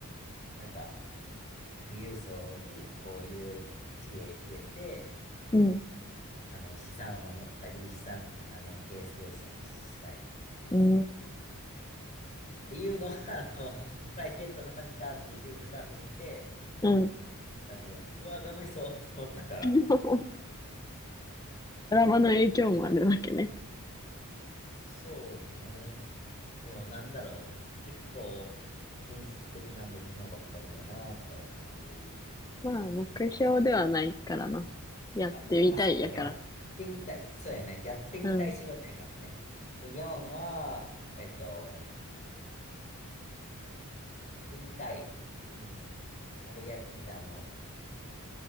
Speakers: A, on the left; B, on the left.
A: なんか、富裕層に、こう、いろいろ一へ入れて、
B: うん。
A: あの、資産を守ったり、資産、あの、形成したりしたい。っ
B: うん。
A: ていうのは、<laughs> あの、<laughs> プライベートバンカーっていうドラマを見て、
B: うん。
A: あの、うわ、楽しそうと思ったから。
B: <laughs> ドラマの影響もあるわけね。
A: あそうね。でも、なんだろう。結構、非現実的な目標ばっかりやなと思う。
B: まあ、目標ではないからな。やってみたいやから。
A: まあまあ、まあ、そっか、やってみたい。そうやね。やってみたい仕事やからね。
B: うん。
A: で、4は、えっと、やってみたい。うん。あれやってみたい。あの、